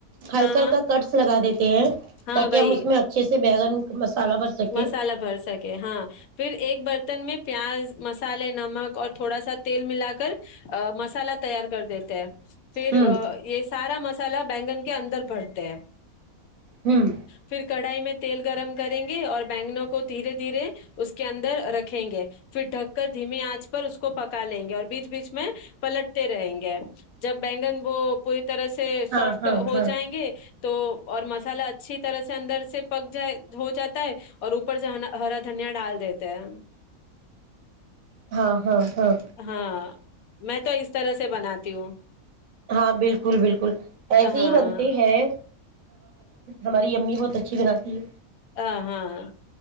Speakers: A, on the right (about 65°); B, on the left (about 75°).
A: ہلکا
B: ہاں ہاں
A: ہلکا کٹس لگا دیتے ہیں
B: ہاں
A: تاکہ
B: وہی
A: ہم اس میں اچھے سے بیگن مسالہ بھر سکیں
B: مسالا بھر سکے ہاں پھر ایک برتن میں پیاز مسالے نمک اور تھوڑا سا تیل ملا کر مسالا تیار کر دیتے ہیں پھر
A: ہوں
B: یہ سارا مسلہ سال بینگن کے اندر بھرتے ہیں
A: ہوں
B: پھر کڑھائی میں تیل گرم کریں گے اور بینو تو دھیرے دھیرے اس کے اندر رکھیں گے پھر ٹک کا ذمے انچ پر اس کو پکا لیں گے اور بیچ بیچ میں پلٹتے رہیں گے جب بینگن بو طرح سے
A: ہاں
B: سافٹ
A: ہاں
B: ہو
A: ہاں
B: جائیں گے تو اور م مسالا اچھی طرح سے اندر سے پک جائے ہو جاتا ہے اور اوپر سے ہرا دھنیا ڈال دیتے ہیں
A: ہاں ہاں ہاں
B: ہاں میں تو اس طرح سے بناتی ہوں
A: ہاں بالکل بالکل ایسے
B: ہاں
A: ہی بنتے ہیں ہماری امی وہ اچھی بناتی ہے
B: ہ ہاں